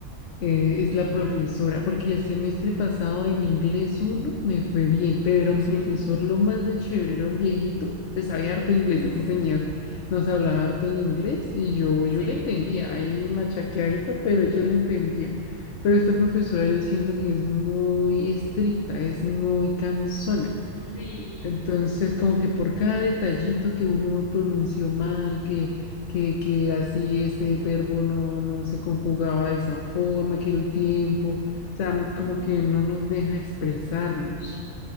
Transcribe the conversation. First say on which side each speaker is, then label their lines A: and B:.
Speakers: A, on the left; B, on the left.
A: eh, es la profesora,
B: Mm,
A: porque el semestre pasado en inglés uno me fue bien, pero era un
B: Sí.
A: profesor lo más de chévere, era un viejito, pues sabía harto inglés
B: Ujú,
A: ese señor, nos hablaba harto en inglés y yo, yo
B: Sí.
A: le entendía, ahí machaqueadito, pero yo le entendía. Pero esta profesora yo siento que es muy estricta, es muy cansona.
B: Sí.
A: Entonces, como que por cada detallito que uno pronunció mal, que, que, que así ese verbo no, no se conjugaba de esa forma, que el tiempo, o sea, mm, como
B: Ujú.
A: que no nos deja expresarnos.